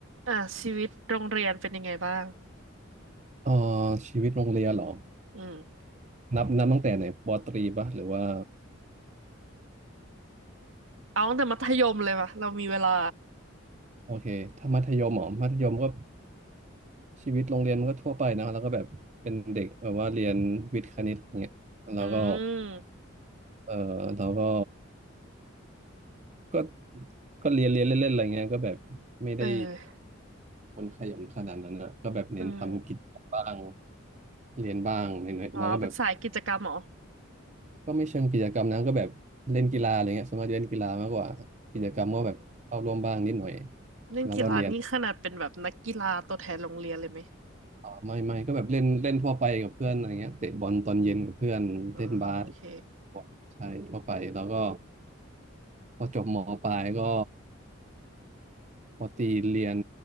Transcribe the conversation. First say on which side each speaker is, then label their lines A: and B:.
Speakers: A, on the right; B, on the right.
A: อ่ะชีวิตโรงเรียนเป็นยังไงบ้าง
B: เอ่อชีวิตโรงเรียนเหรอ
A: อืม
B: นับนับตั้งแต่ไหนปอตรีปะหรือว่า
A: เอาตั้งแต่มัธยมเลยป่ะเรามีเวลา
B: โอเคถ้ามัธยมเหรอมัธยมก็ชีวิตโรงเรียนมันก็ทั่วไปนะแล้วก็แบบเป็นเด็กแบบว่าเรียนวิทย์คณิตอย่างเงี้ยแล้วก็
A: อืม
B: เออเราก็ก็ก็เรียนเรียนเล่นๆอะไรเงี้ยก็แบบไม่ได้
A: เออ
B: คนขยันขนาดนั้นนะก็แบบเน้นทำกิจบ้าง
A: อืม
B: เรียนบ้างนิดหน่อยแล้วก็แบบ
A: อ๋อเป็นสายกิจกรรมเหรอ
B: ก็ไม่เชิงกิจกรรมนะก็แบบเล่นกีฬาอะไรเงี้ยส่วนมากจะเล่นกีฬามากกว่ากิจกรรมก็แบบเข้าร่วมบ้างนิดหน่อย
A: อืมเล่นกีฬานี่ขนาดเป็นแบบนักกีฬาตัวแทนโรงเรียนเลยไหม
B: แล้วก็เรียนอ่าไม่ไม่ก็แบบเล่นเล่นทั่วไปกับเพื่อนอะไรเงี้ยเตะบอลตอนเย็นกับเพื่อนเล่นบาส
A: อ๋อโอเค
B: ใช่ทั่วไปแล้วก็พอจบมปลายก็พอตีเรียน